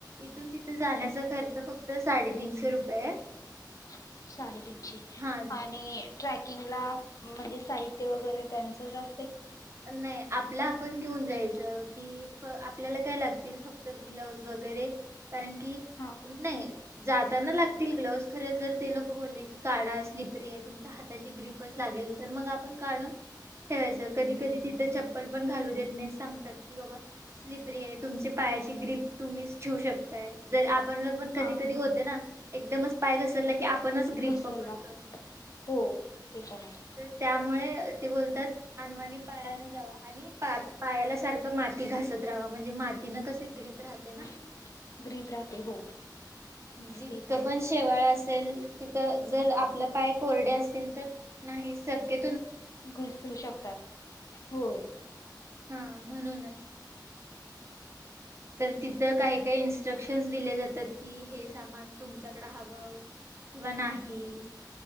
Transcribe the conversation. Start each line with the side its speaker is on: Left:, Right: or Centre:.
Right: इथून तिथे जाण्याचा खर्च फक्त साडेतीनशे रुपये आहे.
Left: <unintelligible> साडेतीनशे
Right: हा
Left: आणि <unintelligible> ट्रॅकिंगला म्हणजे साहित्य वगैरे त्यांचंच अस
Right: नाही आपलं आपण घेऊन जायचं
Left: स्वतः
Right: की आपल्याला काय लागतील, फक्त ग्लोव्हज वगैरे कारण की
Left: हा
Right: नाही जाताना लागतील ग्लोव्हज खरंच जर ते लोक बोलले की काढा. स्लिपरी आहे तुमच्या हाताची ग्रीपच लागेल, तर मग आपण काढून ठेवायचं. कधी कधी तिथं चप्पल? पण घालु देत नाहीत सांगतात की बाबा स्लिपरी आहे. तुमच्या पायाची ग्रीप तुम्हीच ठेवू शकताय जर आप पण
Left: हा
Right: कधी कधी
Left: हो
Right: होत ना? एकदमच पाय घसरला की आपणच ग्रीप
Left: घसरला
Right: पकडतो
Left: हो ते पण आहे.
Right: तर त्यामुळे ते बोलतात अनवानी पायान जावा आणि पा पायाला सारखं माती घासत ते रहावा म्हणजे मातीन कसे ग्रीप राहते ना
Left: <inaudible> ग्रीप राहते हो
Right: जितकं
Left: ते आहे
Right: पण शेवाळा अस -सेल तिथ जर आपलं पाय कोरडे असतील तर नाही शक्य
Left: घसरू शकतात होय.
Right: हा म्हणूनच तर तिथं काही काही इन्स्ट्रक्शन्स दिले जातात. की हे सामान तुमच्याकडे हवं किंवा नाही.